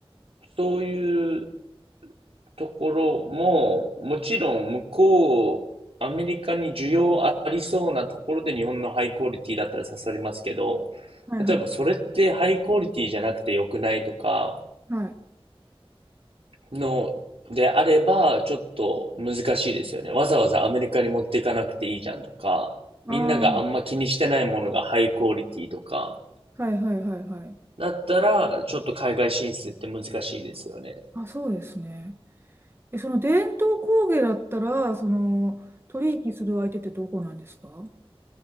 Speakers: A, on the right; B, on the right.
A: そういうところも、もちろん向こう、アメリカに需要ありそうなところで日本のハイクオリティだったら刺さりますけど、
B: はいはい
A: 例えばそれってハイクオリティじゃなくて良くないとか
B: はい。
A: の、であれば、ちょっと難しいですよね。わざわざアメリカに持っていかなくていいじゃんとか、
B: ああ、
A: みんながあんま気にしてないものがハイクオリティとか、
B: はいはいはいはい。
A: だったら、ちょっと海外進出って難しいですよね。
B: あ、そうですね。え、その伝統工芸だったら、その、取引する相手ってどこなんですか